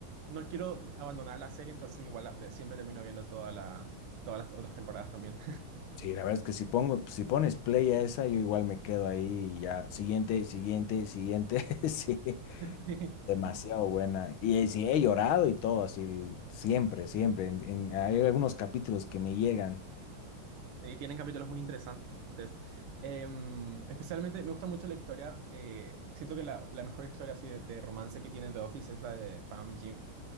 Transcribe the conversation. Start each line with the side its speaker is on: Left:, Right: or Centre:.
Right: no quiero abandonar la serie, entonces igual la- siempre termino viendo toda la, todas las otras temporadas también.
Left: sí, la verdad es que si pongo, si pones play a esa, yo igual me quedo ahí y ya, siguiente, siguiente, siguiente, <laughs> sí.
Right: <laughs>
Left: Demasiado buena. Y eh, sí, he llorado y todo, así, el- siempre, siempre. En- en- hay algunos capítulos que me llegan.
Right: Sí. Y tienen capítulos muy interesantes. Em, especialmente me gusta mucho la historia, eh, siento que la, la mejor historia así de, de romance que tiene The Office es la de Pam y Jim.